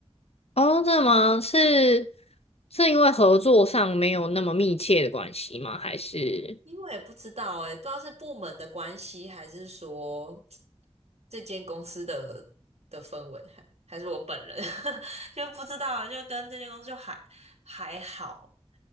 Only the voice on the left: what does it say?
哦，真的吗？是是因为合作上没有那么密切的关系吗？还是